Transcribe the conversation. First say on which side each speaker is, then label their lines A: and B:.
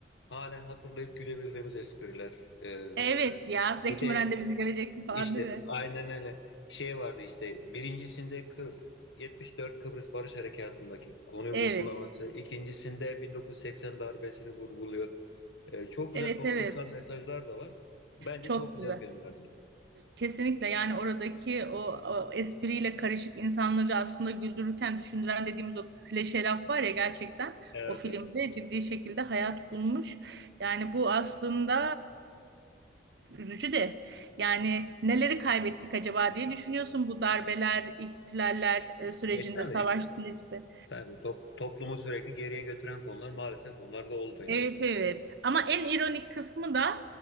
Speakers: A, on the left; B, on the right.
A: Halen hatırlayıp gülebildiğimiz espriler. E,
B: Evet ya Zeki
A: bir de
B: Müren de bizi görecek mi falan
A: İşte
B: değil mi?
A: aynen öyle şey vardı işte birincisinde Kı- 74 Kıbrıs Barış Harekatı'ndaki konuyu
B: Evet.
A: vurgulaması, ikincisinde 1980 darbesini vurguluyor. Ee, çok güzel
B: Evet
A: toplumsal
B: evet.
A: mesajlar da var. Bence
B: Çok
A: çok güzel
B: güzel.
A: filmlerdi.
B: Kesinlikle yani oradaki o, o espriyle karışık insanları aslında güldürürken düşündüren dediğimiz o klişe laf var ya gerçekten
A: Evet,
B: o filmde
A: evet.
B: ciddi şekilde hayat bulmuş. Yani bu aslında e, üzücü de yani neleri kaybettik acaba diye düşünüyorsun bu darbeler, ihtilaller e, sürecinde,
A: E tabii
B: savaş sürecinde.
A: tabii Top- toplumu sürekli geriye götüren konular maalesef onlar da oldu yani.
B: Evet evet. Ama en ironik kısmı da